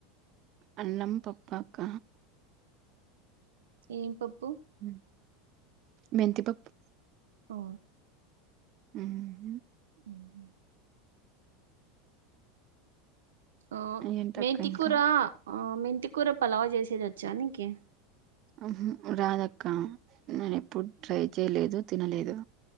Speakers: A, on the right; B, on the right.
A: అన్నం పప్పా అక్క
B: ఏం పప్పు
A: మ్ మెంతి పప్పు
B: ఓ
A: ఉహు
B: ఉహు ఓ
A: ఏంటక్క
B: మెంతికూర
A: ఇంకా
B: ఆ మెంతి కూర పలావ్ చేసేది జానిగ్ కి
A: ఉహు రాదక్క నేను ఎప్పుడు ట్రై చేయలేదు తినలేదు